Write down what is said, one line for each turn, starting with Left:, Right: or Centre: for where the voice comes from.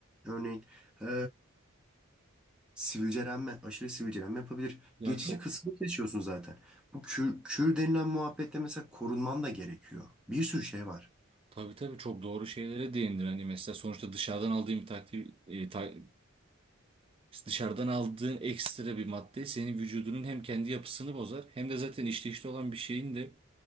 Centre: Örneğin e, sivilcelenme, aşırı sivilcelenme yapabilir.
Right: Ya
Centre: Geçici
Right: çok
Centre: kısmı yaşıyorsun zaten. Bu kür, kür denilen muhabbetle mesela korunman da gerekiyor. Bir sürü şey var.
Right: tabii tabii çok doğru şeylere değindir. Hani mesela sonuçta dışarıdan aldığın bir takdir, e, ta- dışarıdan aldığın ekstra bir madde senin vücudunun hem kendi yapısını bozar hem de zaten işleyişte olan bir şeyin de